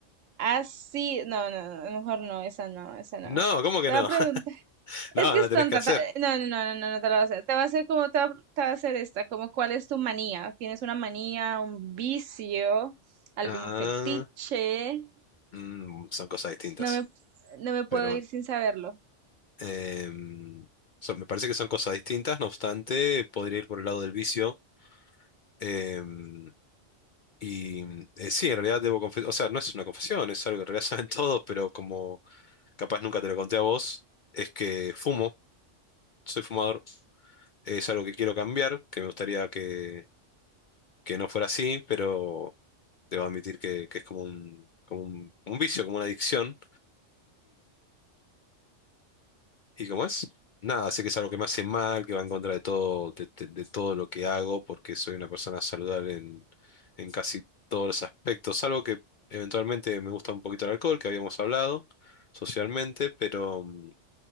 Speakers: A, on the right; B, on the left.
A: así, no, no, no, mejor no, esa no, esa no.
B: No, ¿cómo que
A: Te
B: no?
A: voy a preguntar,
B: <laughs>
A: es
B: No,
A: que
B: no
A: es
B: la tenés
A: tonta,
B: que hacer.
A: ta- no, no, no, no, no, no te la voy a hacer. Te va a hacer como, te va, te va a hacer esta, como, ¿cuál es tu manía? ¿Tienes una manía, un vicio, algún
B: Ah,
A: fetiche?
B: mm, son cosas distintas.
A: No me, no me puedo
B: Pero bueno.
A: ir sin saberlo.
B: Em, son- me parece que son cosas distintas, no obstante, podría ir por el lado del vicio. em, y mm, eh, sí, en realidad debo confesar, o sea, no es una confesión, es algo que en realidad <laughs> saben todos, pero como capaz nunca te lo conté a vos, es que fumo, soy fumador, es algo que quiero cambiar, que me gustaría que, que no fuera así, pero debo admitir que, que es como un, como un, un vicio, como una adicción. ¿Y cómo es? Nada, sé que es algo que me hace mal, que va en contra de todo, de, de- de todo lo que hago, porque soy una persona saludable en, en casi todos los aspectos, salvo que eventualmente me gusta un poquito el alcohol, que habíamos hablado socialmente, pero mm,